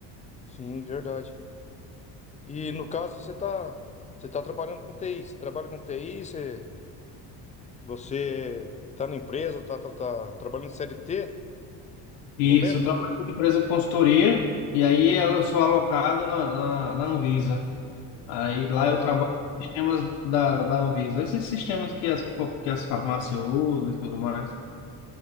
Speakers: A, on the left (about 15°); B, on the left (about 85°).
A: Sim, verdade. E no caso, você tá, você tá trabalhando com TI. Você trabalha com TI, você, você tá na empresa, tá, tá, tá trabalhando em CLT no
B: E
A: momento?
B: isso, eu trabalho com empresa de consultoria e aí eu sou alocado na, na, na Anvisa. Aí lá
A: Ah,
B: eu trabalho com sistemas da, da Anvisa. Esses sistemas que as, que as farmácias usam e tudo mais.